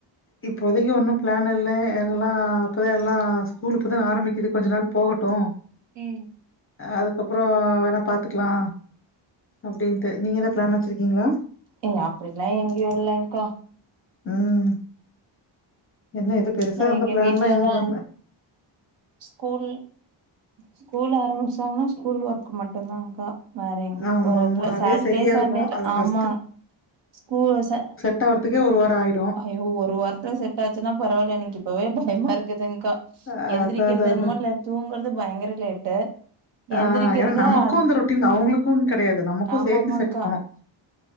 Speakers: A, on the left; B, on the right.
A: இப்போதைக்கு ஒன்னு ப்ளான் இல்ல எல்லா இப்பதா
B: ஓகே
A: எல்லா
B: ஓகேங்க்கா.
A: ஸ்கூலு இப்பதா ஆரம்பிக்குது கொஞ்ச நாள் போகட்டு
B: ம்
A: அதுக்கப்றோ வேணா பாத்துக்கலா அப்டின்ட்டு நீங்க எதா ப்ளான் வெச்சிருக்கீங்ளா
B: ஏங்க அப்டியெல்லா எங்கயு இல்லைங்க்கா
A: ம் இன்ன எது பெருசா
B: நா
A: எந்த
B: எங்க
A: ப்ளான்ல்லா
B: வீட்லதா
A: எதும் பண்ல
B: ஸ்கூல் ஸ்கூல் ஆரம்பிச்சாங்கன்னா ஸ்கூல் ஒர்க் மட்டுந்தான்க்கா வேற எங்கயும்
A: ஆமாமா.
B: போறதில்ல
A: அதே
B: சாட்டர்டே
A: சரியா
B: சண்டேல
A: இருக்கும். அது ஃபர்ஸ்ட்டு
B: ஆமாங் ஸ்கூ ச
A: செட்டாவரதுக்கே ஒரு வாரோ ஆயி
B: அயோ ஒரு வாரத்துல செட் ஆச்சுன்னா பரவால்ல இன்னைக்கு எனக்கு இப்பவே பயமா இருக்குதுங்க்கா
A: அ
B: எந்திரிக்கிறது
A: அதான் அதான்
B: என்னுமோ
A: அதான்.
B: இல்ல தூங்குறது பயங்கர லேட்டு
A: ஆ
B: எந்திரிக்கிறத
A: ஏனா நமக்கு
B: அது
A: அந்த ரொட்டின் அவுங்களுக்கு கெடையாது நமக்கு
B: ஆமா
A: சேத்து
B: ஆமாங்க்கா
A: செட்டாவனு